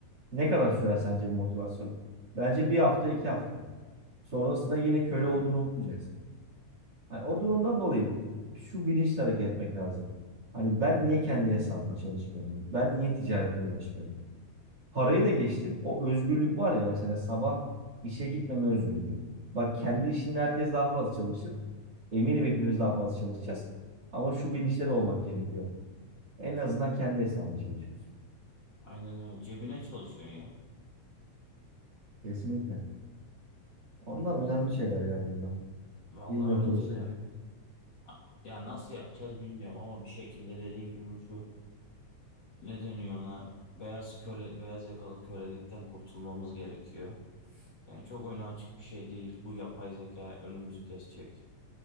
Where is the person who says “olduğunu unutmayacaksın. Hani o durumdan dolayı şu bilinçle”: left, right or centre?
Right